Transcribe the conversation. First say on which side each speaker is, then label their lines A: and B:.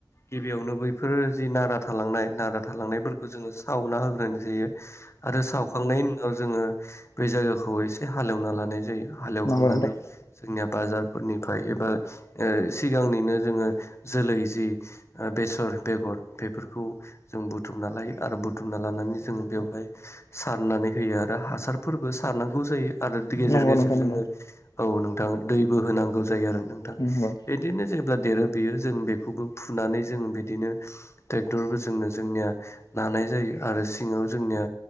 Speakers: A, on the left; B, on the left.
A: गिबियावनो बैफोरो जि नारा थालांनाय नारा थालांनायफोरखौ जोङो सावना होग्रोनाय जायो। आरो सावखांनायनि उनाव जोङो बै जायगाखौ एसे हालेवना लानाय जायो। हालेवखांनानै
B: नंगौ नोंथां नंगौ
A: जोंनिया बाजारफोरनिफ्राय एबा ओ सिगांनिनो जोङो जोलै जि बेसर बेगर बेफोरखौ जों बुथुम ना लायो आरो बुथुम थुमना लानानै जोङो बेवहाय सारनानै होयो आरो हासारफोरबो सारनांगौ जायो आरो गेजेर
B: नंगौ
A: गेजेर
B: नंगौ नोंथां नंगौ नोंथां नंगौ
A: जोङो औ नोंथां दैबो होनांगौ जायो आरो नोंथां।
B: नंगौ नंगौ
A: बिदिनो जेब्ला देरो बेयो जों बेखौबो फुनानै जों बिदिनो ट्रेक्टरबो जोंनो जोंनिया नानाय जायो आरो सिङाव जोंनिया